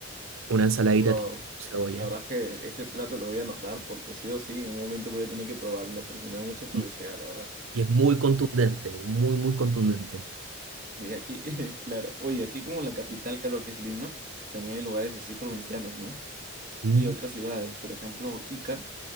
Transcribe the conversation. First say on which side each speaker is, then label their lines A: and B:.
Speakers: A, on the right; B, on the right.
A: una ensaladita
B: Wow,
A: de tomate y cebolla.
B: la verdad es que este plato lo voy a anotar porque sí o sí, en un momento voy a tener que probarlo porque me da mucha curiosidad,
A: Y
B: la verdad.
A: y es muy contundente,
B: Eh,
A: muy, muy contundente.
B: Mira, aquí, <laughs> claro, oye, aquí como la capital, claro que es Lima, también hay lugares así provincianos, ¿no?
A: Mm.
B: Y otras ciudades, por ejemplo, Ica